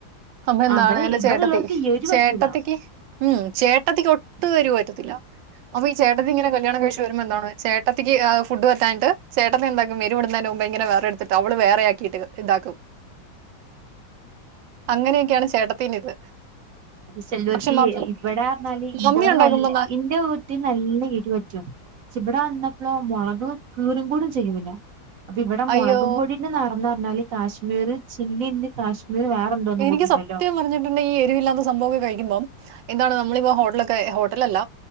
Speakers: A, on the right; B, on the right.
A: അമ്മ എന്താണ്
B: അവിടെ
A: എന്റെ
B: ഇവിടെ
A: ചേട്ടത്തി
B: ഉള്ളവർക്ക് എരു
A: ചേട്ടത്തിക്ക്
B: പറ്റൂല
A: ഉ ചേട്ടത്തിക്ക് ഒട്ടും എരിവ് പറ്റത്തില്ല അപ്പൊ ഈ ചേട്ടന് ഇങ്ങെനെ കല്യാണം കഴിച്ച് വരുമ്പോ എന്താണ് ചേട്ടത്തിക്ക് ഫുഡ്പറ്റാഞ്ഞിട്ട് ചേട്ടത്തി ന്താക്കും എരിവ് വെരുവിടുന്നതിനു മുമ്പ് വേറെ എടുത്തിട്ടാവും ള് വേറെയാക്കിട്ട് ഇതാക്കും അങ്ങനെയൊക്കെയാണ് ചേട്ടത്തിന് ഇത്
B: അത് ചെല്ലൂർക്ക്
A: പക്ഷെ മം-
B: ഇവിടെ പറന്നാല് ഇന്റോടെ
A: മമ്മി ഉണ്ടാക്കുമ്പോ ന-
B: ഇന്റെ വീട്ടിൽ നല്ല എരിവ് പറ്റും ഇവിടെ വന്ന ളോ മുളകും കീറും കൂടും ചെയ്യൂല്ല അപ്പൊ ഇവിടെ
A: അയ്യോ
B: മുളകും പൊടിന്ന് നടന്ന ന്നാല് കാശ്മീർ ചില്ലി ഇന്ന് കാശ്മീർ വേറെന്തോന്നും
A: എനിക്ക്
B: കൂടി ഉണ്ടല്ലോ
A: സത്യം പറഞ്ഞിട്ടുണ്ട് ഈ എരിവില്ലാതെ സംഭവംക്കെ കഴിക്കുമ്പം എന്താണ് നമ്മളിപ്പോ ഹോട്ടലൊക്കെ ഹോട്ടലല്ല